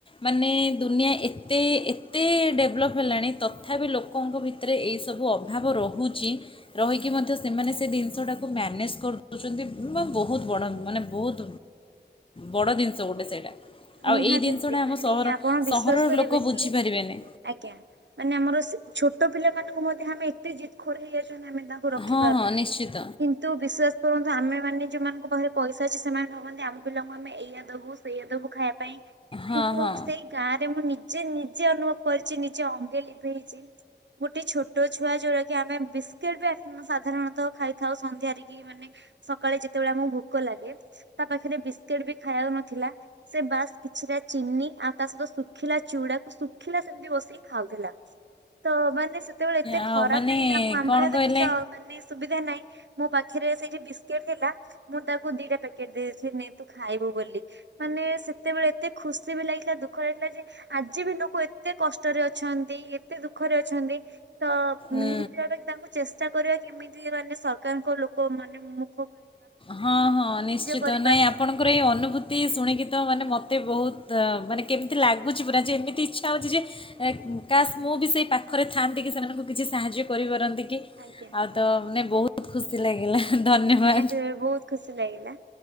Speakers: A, on the left; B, on the right.
A: ମାନେ ଦୁନିଆ ଏତେ ଏତେ ଡେଭଲପ୍ ହେଲାଣି ତଥାପି ଲୋକଙ୍କ ଭିତରେ ଏଇସବୁ ଅଭାବ ରହୁଛି। ରହିକି ମଧ୍ୟ ସେମାନେ ସେ ଜିନିଷଟାକୁ ମ୍ୟାନେଜ୍ କରିଦେଉଛନ୍ତି। ବହୁତ ବଡ଼ ମାନେ ବହୁତ ବଡ଼ ଜିନିଷ ଗୋଟେ ସେଇଟା। ଆଉ
B: ନିହାତି
A: ଏଇ ଜିନିଷଟା
B: ଦିଦି
A: ଆମ
B: ମାନେ
A: ସହର
B: ଆପଣ ବିଶ୍ଵାସ
A: ସହରର
B: କରିବେନି
A: ଲୋକ ବୁଝିପାରିବେନି
B: ଆଜ୍ଞା ମାନେ ଆମର ଛୋଟ ପିଲାମାନଙ୍କୁ ମଧ୍ୟ ଆମେ ଏତେ ଜିତ ଖୋର ହେଇଯାଉଛନ୍ତି ଆମେ ତାଙ୍କୁ ରଖି
A: ହଁ
B: ପାରୁନାହାନ୍ତି
A: ହଁ ନିଶ୍ଚିତ
B: କିନ୍ତୁ ବିଶ୍ୱାସ କରନ୍ତୁ ଆମେ ମାନ ଯୋଉମାନଙ୍କ ପାଖରେ ପଇସା ଅଛି ସେମାନେ ଭାବନ୍ତି ଆମ ପିଲାଙ୍କୁ ଆମେ ଏଇଆଦବୁ ସେଇଆଦବୁ ଖାଇବା ପାଇଁ
A: ହଁ
B: କିନ୍ତୁ
A: ହଁ
B: ସେଇ ଗାଁ ରେ ମୁଁ ନି ସେ ନିଜେ ଅନୁଭବ କରିଛି ନିଜେ ଅଙ୍ଗେ ଲିଭେଇଛି ଗୋଟେ ଛୋଟ ଛୁଆ ଯୋଉଟା କି ଆମେ ବିସ୍କେଟ ବି ସାଧାରଣତଃ ଖାଇଥାଉ ସନ୍ଧ୍ୟାରେ କି ମାନେ ସକାଳେ ଯେତେବେଳେ ଆମକୁ ଭୋକ ଲାଗେ ତା ପାଖରେ ବିସ୍କେଟ ବି ଖାଇବାକୁ ନଥିଲା। ସେ ବାସ୍ କିଛିଟା ଚିନି ଆଉ ତା ସହିତ ଶୁଖିଲା ଚୁଡାକୁ ଶୁଖିଲା ସେମିତି ବସେଇକି ଖାଉଥିଲା। ତ ମାନେ ସେତେବେଳେ ଏତେ
A: ଆଉ
B: ଖରାପ
A: ମାନେ
B: ଲାଗିଲା। ମୁଁ ଆମ
A: କ'ଣ
B: ପାଖରେ
A: କହିଲେ
B: କିଛି ମାନେ ସୁବି ସୁବିଧା ନାହିଁ, ମୋ ପାଖରେ ସେଇ ଯୋଉ ବିସ୍କଟ୍ ଥିଲା। ମୁଁ ତାକୁ ଦିଟା ପ୍ୟାକେଟ ଦେଇଥିଲି ନେ ତୁ ଖାଇବୁ ବୋଲି। ମାନେ ସେତେବେଳେ ଏତେ ଖୁସି ବି ଲାଗିଥିଲା ଦୁଃଖ ଲାଗିଥିଲା ଯେ ଆଜି ବି ଲୋକ ଏତେ କଷ୍ଟରେ ଅଛନ୍ତି। ଏତେ ଦୁଃଖରେ ଅଛନ୍ତି। ତ ନିହାତି
A: ଉଁ,
B: ଭାବେ ତାଙ୍କୁ ଚେଷ୍ଟା କରିବା କେମିତି ମାନେ ସରକାରଙ୍କ ଲୋକ ମାନେ ମୁଁ
A: ହଁ ହଁ ନିଶ୍ଚିତ
B: କରିବା
A: ନାଇଁ ଆପଣଙ୍କର ଏଇ ଅନୁଭୂତି ଶୁଣିକି ତ ମାନେ ମତେ ମୋତେ ବହୁତ ମାନେ କେମିତି ଲାଗୁଛି ପୁରା ଯେ ଏମିତି ଇଚ୍ଛା ହଉଛି ଯେ କାସ୍ ମୁଁ ବି ସେଇ ପାଖରେ ଥାଆନ୍ତି କି ସେମାନଙ୍କୁ କିଛି ସାହାଯ୍ୟ କରିପାରନ୍ତି କି।
B: ଆଜ୍ଞା।
A: ଆଉ ତ ମାନେ ବହୁତ ଖୁସି ଲାଗିଲା। ଧନ୍ୟବାଦ।
B: ନିହାତି ବହୁତ ଖୁସି ଲାଗିଲା।